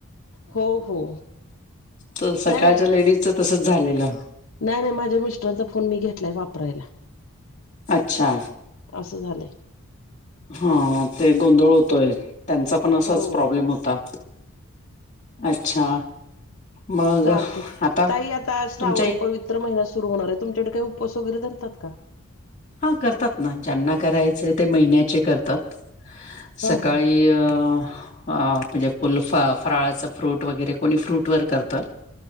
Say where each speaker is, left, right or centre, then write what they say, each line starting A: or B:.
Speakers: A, on the left; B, on the left.
A: हो हो
B: तर सकाळच्या
A: नाही
B: लेडीजच तसच झालेलं.
A: नाही नाही माझ्या मिस्टरांचा फोन मी घेतलाय वापरायला.
B: अच्छा
A: असं झालंय
B: हा ते गोंधळ होतोय त्यांचा पण असाच
A: हो
B: प्रॉब्लेम होता. अच्छा मग
A: चालतय
B: आता
A: ताई आता श्रावण
B: तुमच्या एक
A: पवित्र महिना सुरू होणार आहे तुमच्याकडे काही उपवास वगैरे धरतात का
B: हा करतात ना ज्यांना करायचं ते महिन्याचे करतात
A: हा
B: सकाळी
A: हा
B: अ अ म्हणजे फुल फ फराळाच फ्रूट वगैरे कोणी फ्रूट वर करतं.